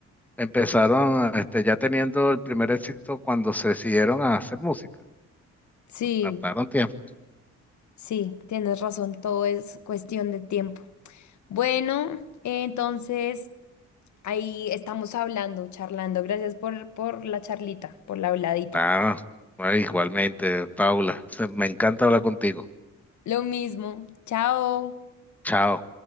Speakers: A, in the centre; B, on the left.
A: Empezaron este, ya teniendo el primer éxito cuando se decidieron a hacer música.
B: sí,
A: Tardaron tiempo.
B: sí, tienes razón. Todo es cuestión de tiempo. Bueno, entonces ahí estamos hablando, charlando. Gracias por, por la charlita, por la habladita.
A: Ah, bueno, igualmente, Paula, se- me encanta hablar contigo.
B: Lo mismo. Chao.
A: Chao.